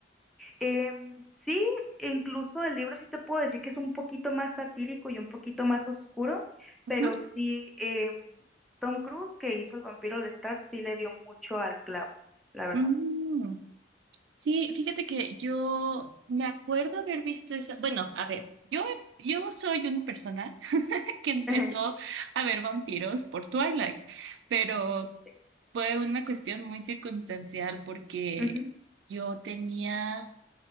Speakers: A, in the centre; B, on the right.
A: Em, sí, incluso el libro sí te puedo decir que es un poquito más satírico y un poquito más oscuro,
B: Ujú.
A: pero sí, em, Tom Cruise, que hizo El vampiro Lestat, sí le dio mucho al clavo, la verdad.
B: Mm, Sí, fíjate que yo me acuerdo haber visto esa. Bueno, a ver, yo, yo soy una persona <laughs> que empezó
A: <laughs>
B: a ver vampiros por Twilight, pero
A: Sí, sí.
B: Fue una cuestión muy circunstancial porque
A: Ujú,
B: yo tenía